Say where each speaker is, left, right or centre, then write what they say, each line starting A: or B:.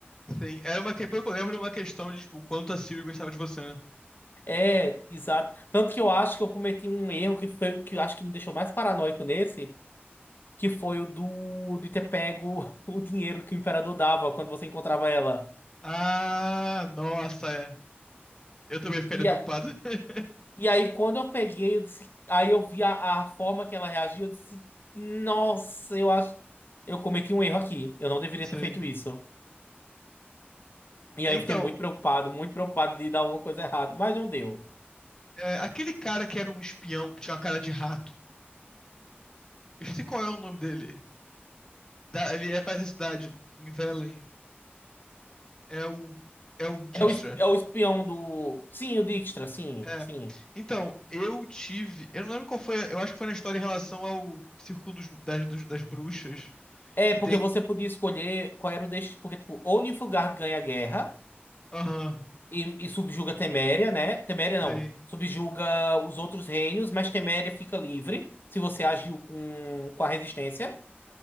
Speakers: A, on the left (about 15°); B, on the left (about 55°).
A: Sim. Era uma que, pelo que eu lembro, era uma questão de, tipo, o quanto a Siri gostava de você, né?
B: É, exato. Tanto que eu acho que eu cometi um erro que foi o que eu acho que me deixou mais paranoico nesse, que foi o do de ter pego <laughs> o dinheiro que o imperador dava quando você encontrava ela.
A: Ah, nossa, é. Eu também ficaria
B: E,
A: preocupado.
B: a-
A: <laughs>
B: E aí, quando eu peguei, eu disse- aí eu vi a, a forma que ela reagiu, eu disse, nossa, eu acho, eu cometi um erro aqui, eu não deveria
A: Sim.
B: ter feito isso. E
A: É,
B: aí
A: Então,
B: eu fiquei muito preocupado, muito preocupado de dar alguma coisa errada, mas não deu.
A: é, aquele cara que era um espião que tinha uma cara de rato. Eu esqueci qual é o nome dele. Da- ele é pra essa cidade, em Velen. É o. É o Dijkstra.
B: É o, es- é o espião do... Sim, o Dijkstra, sim,
A: É.
B: sim.
A: Então, eu tive. Eu não lembro qual foi. Eu acho que foi na história em relação ao Círculo dos- das, dos- das Bruxas.
B: É,
A: Que
B: porque
A: tem.
B: você podia escolher qual era o destino, porque, tipo, ou Nilfgaard ganha a guerra
A: Aham.
B: e, e subjuga Teméria, né? Teméria não,
A: sim.
B: subjuga os outros reinos, mas Teméria fica livre se você agiu com, com a resistência.